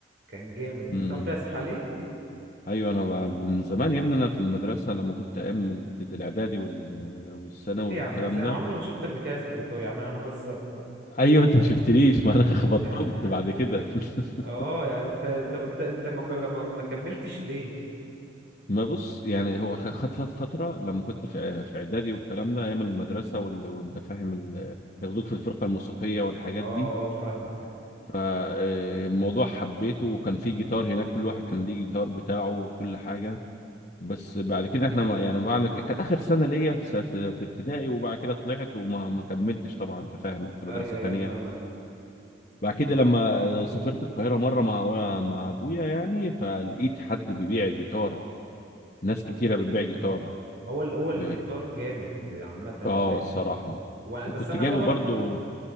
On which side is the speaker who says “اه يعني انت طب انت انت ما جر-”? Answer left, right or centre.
Right